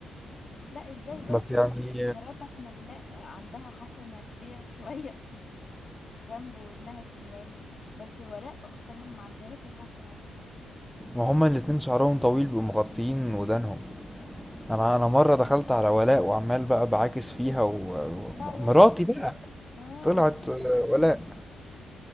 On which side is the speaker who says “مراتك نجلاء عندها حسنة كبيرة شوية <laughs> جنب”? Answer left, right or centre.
Left